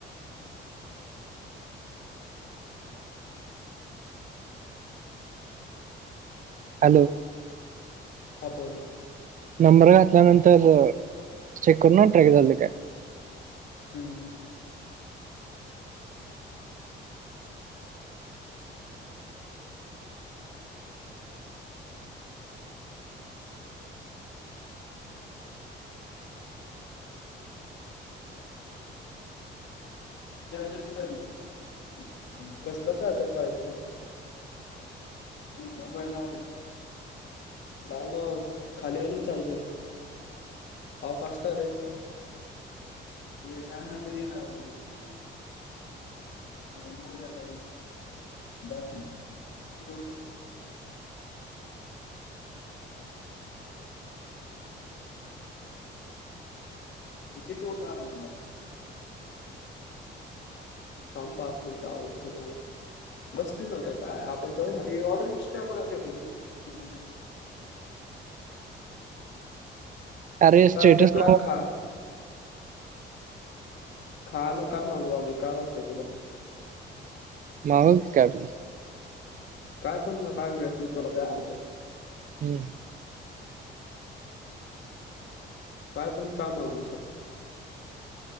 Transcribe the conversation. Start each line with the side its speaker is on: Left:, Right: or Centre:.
Right: हॅलो.
Left: हा बोल.
Right: नंबर घातल्यानंतर चेक करू ना? ट्रॅक झालय काय?
Left: हं. चार्जर कुठे आहे तुझा? कसला चार्जर पाहे तूला. मोबाईल लावायचा. लाव ना खाली आहे ना चार्जर. हा फास्ट आहे रे. ते सांग ना कधी येणार ये म मुड झाला बग <unintelligible> किती ठेवू काम तुला. थांब पाच मिनिटं आवरतो मला. बस की म आता काय, आपण जाऊ माझी ऑर्डर कसली आहे. आपण आमच्या घरी
Right: अरे
Left: कार
Right: स्टेटस
Left: ते काय
Right: <unintelligible>
Left: खा खायला काय मागवू आम्ही? काय वाटतंय तुला?
Right: मागव की कायपणं?
Left: काय पण ना काय मिळत नाही. तुला पण माहिती हाय.
Right: हुं.
Left: काय पण काय मागवू सांग?